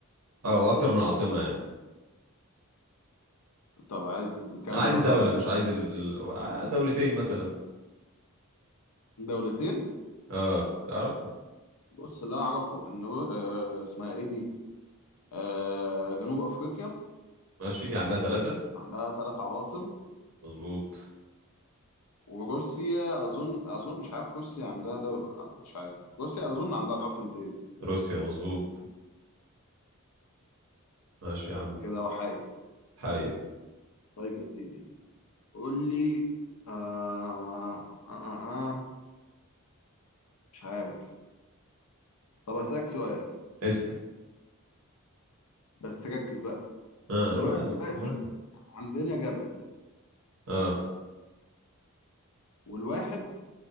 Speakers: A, on the right; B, on the left.
A: او اكتر من عاصمة يعني
B: طب عايز كام
A: انا عايز
B: دولة
A: الدولة
B: يعني
A: مش عايز ال... آه، دولتين مثلا
B: دولتين
A: اه تعرف
B: بص اللي أعرفه إن رو... آه اسمها إيه دي آه جنوب أفريقيا
A: ماشي دي عندها ثلاثة
B: عندها ثلاث عواصم
A: مظبوط
B: وروسيا أظن أظن مش عارف روسيا عندها دولة مش عارف روسيا أظن عندها عاصمتين
A: روسيا مظبوط ماشي يا عم
B: كده وحيد
A: حايد
B: طيب يا سيدي قول لي آه... آه... آه... آه، مش عارف طب أسألك سؤال
A: اسأل
B: بس ركز بقى
A: اه
B: دلوقتي
A: هو يا عم، أنا ما-
B: عندنا جبل
A: اه
B: والواحد